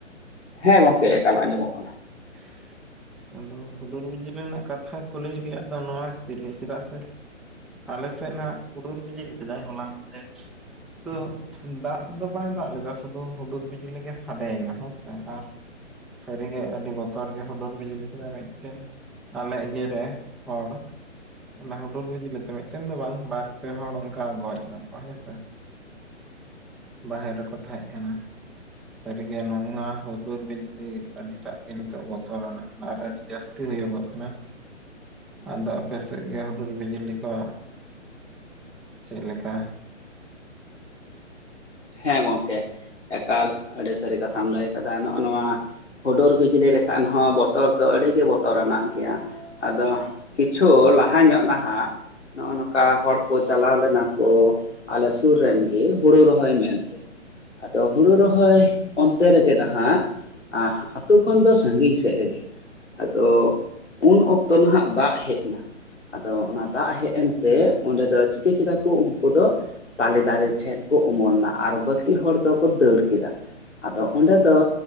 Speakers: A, on the left; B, in the centre.
A: ᱦᱮᱸ ᱜᱚᱝᱠᱮ ᱮᱠᱟᱞ ᱟᱸᱡᱚᱢᱚᱜ ᱠᱟᱱᱟ᱾
B: <inaudible> ᱟᱫᱚ ᱦᱩᱰᱩᱨ ᱵᱤᱡᱽᱞᱤ ᱨᱮᱱᱟᱜ ᱠᱟᱛᱷᱟ ᱠᱩᱞᱤ ᱨᱮᱭᱟᱜ ᱫᱚ ᱱᱚᱣᱟ ᱠᱷᱟᱹᱛᱤᱨ ᱜᱮ ᱪᱮᱫᱟᱜ ᱥᱮ, ᱟᱞᱮᱥᱮᱫ ᱦᱟᱸᱜ ᱦᱩᱰᱩᱨ ᱵᱤᱡᱽᱞᱤ ᱠᱮᱫᱟᱭ ᱦᱚᱞᱟ ᱢᱟᱫᱷᱮᱨ ᱛᱚ ᱫᱟᱜ ᱫᱚ ᱵᱟᱭ ᱫᱟᱜ ᱞᱮᱫᱟ ᱥᱩᱫᱷᱩ ᱦᱩᱰᱩᱨ ᱵᱤᱡᱽᱞᱤ ᱜᱮ ᱥᱟᱰᱮᱭᱮᱱᱟ ᱦᱮᱸᱥᱮ ᱟᱨ ᱥᱟᱹᱨᱤ ᱜᱮ <unintelligible> ᱟᱹᱰᱤ ᱵᱚᱛᱚᱨ ᱜᱮ ᱠᱷᱩᱰᱩᱨ ᱵᱤᱡᱽᱞᱤ ᱠᱮᱫᱟ ᱢᱤᱫᱴᱮᱱ ᱟᱞᱮ ᱤᱭᱟᱹ ᱨᱮ ᱦᱚᱲ ᱚᱱᱟ ᱦᱩᱰᱩᱨ ᱵᱤᱡᱽᱞᱤ ᱛᱮ ᱢᱤᱫᱴᱮᱱ ᱫᱚ ᱵᱟᱝ ᱵᱟᱨ ᱯᱮ ᱦᱚᱲ ᱚᱱᱠᱟ ᱜᱚᱡ ᱱᱟᱠᱚ ᱦᱮᱸᱥᱮ᱾ ᱵᱟᱦᱮᱨ ᱨᱮᱠᱚ ᱛᱟᱦᱮᱸᱜ ᱠᱟᱱᱟ᱾ ᱥᱟᱹᱨ ᱜᱮ ᱩᱱᱟ ᱦᱩᱫᱩᱨ ᱵᱤᱡᱽᱞᱤ ᱟᱰᱤ ᱴᱟᱜ ᱱᱤᱛᱚᱜ ᱵᱚᱛᱚᱨ ᱟᱱᱟᱜ ᱠᱟᱱᱟ ᱟᱨ ᱟᱹᱰᱤ ᱡᱟᱹᱥᱛᱤ ᱦᱩᱭᱩᱜᱚᱜ ᱠᱟᱱᱟ᱾ ᱟᱫᱚ ᱟᱯᱮ ᱥᱮᱫ ᱜᱮ ᱦᱩᱰᱩᱨ ᱵᱤᱡᱽᱞᱤ ᱠᱚ ᱪᱮᱫᱞᱮᱠᱟ᱾
A: ᱦᱮᱸ ᱜᱚᱢᱠᱮ ᱮᱠᱟᱞ ᱟᱹᱰᱤ ᱥᱟᱹᱨᱤ ᱠᱟᱛᱷᱟᱢ ᱞᱟᱹᱭ ᱟᱠᱟᱫᱟ ᱱᱚᱜ ᱱᱚᱣᱟ ᱦᱩᱰᱩᱨ ᱵᱤᱡᱽᱞᱤ ᱞᱮᱠᱷᱟᱱ ᱦᱚᱸ ᱵᱚᱛᱚᱨ ᱫᱚ ᱟᱹᱰᱤ ᱜᱮ ᱵᱚᱛᱚᱨᱟᱱᱟᱜ ᱜᱮᱭᱟ ᱾ ᱟᱫᱚ ᱠᱤᱪᱷᱩ ᱞᱟᱦᱟ ᱧᱚᱜ ᱱᱟᱦᱟᱜ ᱾ ᱱᱚᱜᱼᱚ ᱱᱚᱠᱟ ᱦᱚᱲ ᱠᱚ ᱪᱟᱞᱟᱣ ᱞᱮᱱᱟ ᱠᱚ ᱟᱞᱮ ᱥᱩᱨ ᱨᱮᱱ ᱜᱮ ᱦᱩᱲᱩ ᱨᱚᱦᱚᱭ ᱢᱮ <inaudible> ᱟᱫᱚ ᱦᱩᱲᱩ ᱨᱚᱦᱚᱭ ᱚᱱᱛᱮ ᱨᱮᱜᱮ ᱱᱟᱦᱟᱜ ᱟᱛᱳ ᱠᱷᱚᱱ ᱫᱚ ᱥᱟᱹᱜᱤᱧ ᱥᱮᱫ ᱨᱮᱜᱮ ᱾ ᱟᱫᱚ ᱩᱱ ᱚᱠᱛᱚ ᱱᱟᱦᱟᱜ ᱫᱟᱜ ᱦᱮᱡ ᱱᱟ, ᱟᱫᱚ ᱚᱱᱟ ᱫᱟᱜ ᱦᱮᱡ ᱮᱱᱛᱮ ᱚᱸᱰᱮ ᱫᱚ ᱪᱤᱠᱟᱹ ᱠᱮᱫᱟ ᱠᱚ ᱩᱱᱠᱩ ᱫᱚ, ᱛᱟᱞᱮ ᱫᱟᱨᱮ ᱴᱷᱮᱱ ᱠᱚ ᱩᱢᱩᱞᱱᱟ ᱟᱨ ᱵᱟᱹᱠᱤ ᱦᱚᱲ ᱫᱚᱠᱚ ᱫᱟᱹᱲ ᱠᱮᱫᱟ ᱾ ᱟᱫᱚ ᱚᱸᱰᱮ ᱫᱚ